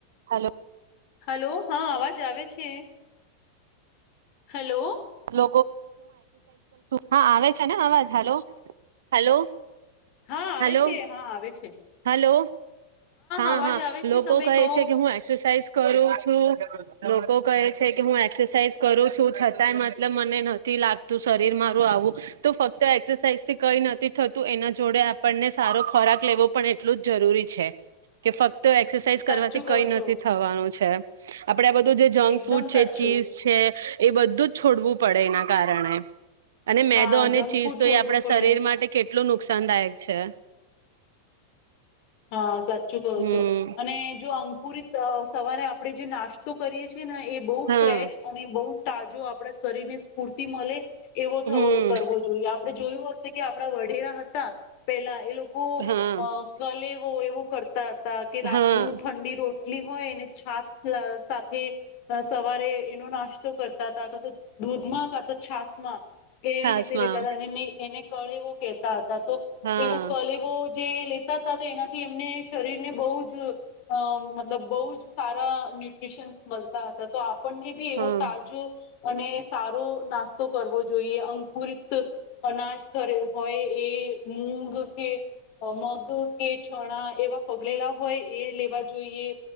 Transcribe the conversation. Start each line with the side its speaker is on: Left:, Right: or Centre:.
Right: હલો
Left: હલો હા અવાજ આવે છે. હેલો
Right: છ હા આવે છે ને અવાજ હલો હલો
Left: હા આવે
Right: હલો
Left: છે હા આવે છે
Right: હલો હા
Left: અવાજ
Right: હા
Left: આવે છે
Right: લોકો
Left: તમે
Right: કહે
Left: કહો
Right: છે કે હું એક્સરસાઇઝ કરું છું લોકો કહે છે કે હું એક્સરસાઇઝ કરું છું છતાંય મતલબ મને નથી લાગતું શરીર મારું આવું તો ફક્ત એક્સરસાઇઝથી કઈ નથી થતું એના જોડે આપણને સારો ખોરાક લેવો. પણ એટલું જ જરૂરી છે કે ફક્ તો એક્સરસાઇઝ
Left: સાચું
Right: કરવાથી
Left: કહો
Right: કઈ નથી
Left: છો
Right: થવાનું છે. આપ આપડે બધું જે જંક
Left: એકદમ
Right: ફૂડ છે
Left: સાચું
Right: ચીઝ છે એ બધું જ છોડવું પડે એના કારણે અને મેદો
Left: હા
Right: અને
Left: જંક
Right: ચીઝ
Left: ફૂડ
Right: તો
Left: છોડવું
Right: એ આપણા
Left: પડે
Right: શરીર માટે કેટલું નુકસાનદાયક છે.
Left: હા સા કહો
Right: હમ
Left: છો અને જો આમ પુરી સવારે આપ આપણે જે નાસ્તો કરીએ છીએ ને એ બહુ
Right: હા
Left: ફ્રેશ અને બહુ તાજો આપણા શરીર ને પૂર્તિ મળે એવો
Right: હમ
Left: કરવો જોઈએ. આપણે જોયું હશે કે આપણે. આપ વઢેરા હતા પેલા એ લોકો
Right: હા
Left: અ ગલે એવો એવું કરતા હતા કે રાતની
Right: હા
Left: ઠંડી રોટ કેટલી હોય એને છાસ સાથે સવારે એનો નાસ્તો કરતા હતા ક તો દૂધમાં કા તો છાસ માં એ એવી
Right: છાસમાં
Left: રીતે લેતા હતા અને એને કળેવો કહેતા. તો
Right: હા
Left: એવો કલેવો તે <unintelligible> તો એનાથી એમને શરીરને બવ જ મતલબ બવ જ સારા ન્યુટ્રીશનસ મળતા હતા તો આ આપણને બી
Right: હા
Left: એવો તાજો. અને સારો નાસ્તો કરવો જોઈએ અંકુરિત અનાજ ઘરે હોય એ મૂગ કે મગ કે ચણા એવા પગળેલા હોય એ લેવા જોઈએ.